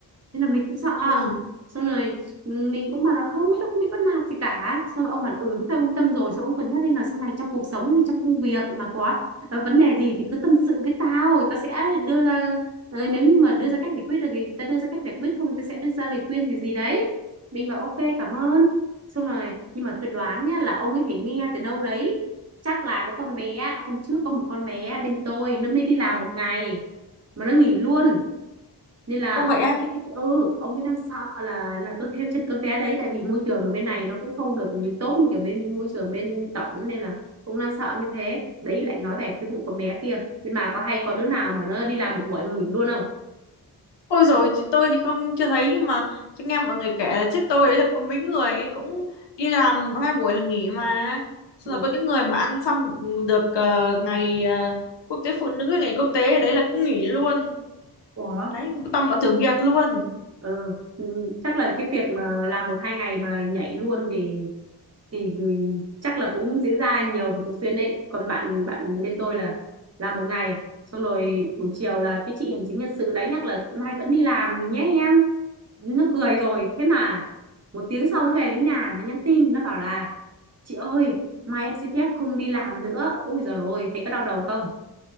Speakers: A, on the right; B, on the left.
A: thế là mình cũng sợ
B: Ừ.
A: xong rồi mình cũng bảo là không tôi không bị bắt nạt gì cả xong rồi ông bảo ừ thế tao yên tâm rồi xong ông cân nhắc đi là sau này trong cuộc sống hay trong công việc mà có ờ, vấn đề gì thì cứ tâm sự với tao tao sẽ đưa ra ờ, nếu như mà đưa ra cách giải quyết được thì tao đưa ra cách giải quyết không thì tao sẽ đưa ra lời khuyên gì gì đấy mình bảo ok cảm ơn xong rồi nhưng mà tôi đoán nhá là ông ấy phải nghe từ đâu đấy chắc là có con bé hôm trước có một con bé bên tôi nó mới đi làm một ngày mà nó nghỉ luôn nên là
B: Ô vậy
A: ông
B: á.
A: ấy, ừ ông ấy đang sợ là là tôi thêm chất cấm bé đấy tại vì môi trường ở bên này nó cũng không được tốt như kiểu bên môi trường bên tổng nên là cũng đang sợ như thế đấy lại nói về cái vụ con bé kia nhưng mà có hay có đứa nào mà nó đi làm một buổi mà nghỉ luôn không
B: Ôi rồi tôi thì không chưa thấy nhưng mà tôi nghe mọi người kể là trước tôi đấy là có mấy người ấy cũng đi làm một hai buổi là nghỉ mà xong
A: một
B: rồi có những người mà ăn xong được ờ, ngày ờ, quốc tế phụ nữ ngày quốc tế đấy là cũng nghỉ luôn
A: Ủa?
B: đấy toàn bọn thử việc luôn
A: ừ. ừ. chắc là cái việc mà làm một hai ngày mà nhảy luôn thì thì ừ, chắc là cũng diễn ra nhiều và thường xuyên đấy còn bạn bạn bên tôi là làm một ngày xong rồi buổi chiều là cái chị hành chính nhân sự đánh nhắc là mai vẫn đi làm nhé em nó cười rồi thế mà một tiếng sau nó về đến nhà nó nhắn tin nó bảo là chị ơi mai em xin phép không đi làm nữa ôi giời ôi thấy có đau đầu không